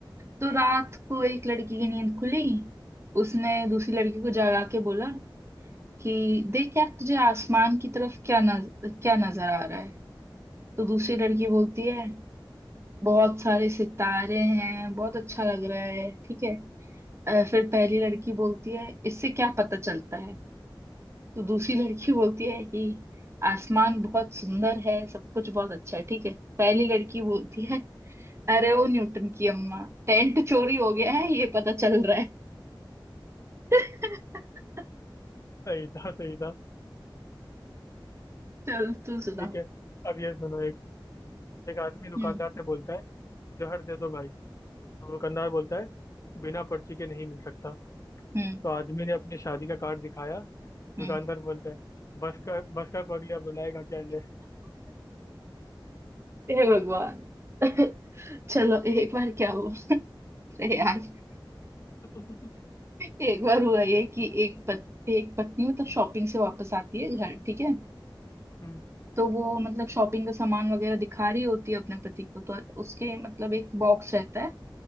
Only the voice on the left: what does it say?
सही था सही था
ठीक है अब ये सुनो एक एक आदमी दुकानदार
से बोलता है जहर दे दो भाई तो दुकानदार बोलता है बिना पर्ची के नहीं मिल सकता
तो आदमी ने अपनी शादी का कार्ड दिखाया दुकानदार
बोलता है बस का बस का पगले अब रुलाएगा क्या ले
<laughs>
हम्म,